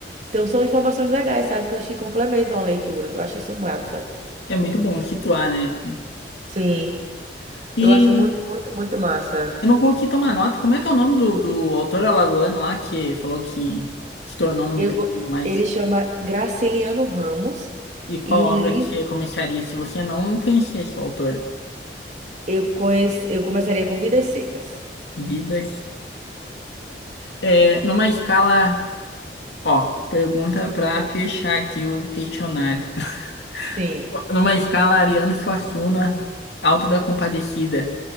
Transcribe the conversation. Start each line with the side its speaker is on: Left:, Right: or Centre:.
Right: Então, são informações legais, sabe, que eu acho que complementam a leitura. Eu acho isso massa.
Left: é muito bom situar, né?
Right: Sim.
Left: E
Right: Eu acho muito, muito, muito massa.
Left: E não conquista uma nota. Como é que é o nome do, do autor alagoano lá que falou que, que tornou um dos
Right: Eu, go-
Left: livros mais.
Right: ele chama Graciliano Ramos
Left: E qual
Right: e o
Left: obra
Right: livro
Left: que começaria se você não conhecesse o autor?
Right: eu conheci, eu começaria com Vidas Secas.
Left: Vidas. É, numa escala. Ó, pergunta pra fechar aqui o questionário. <laughs>
Right: Sim.
Left: Numa escala Ariano Suassuna, Alto da Compadecida,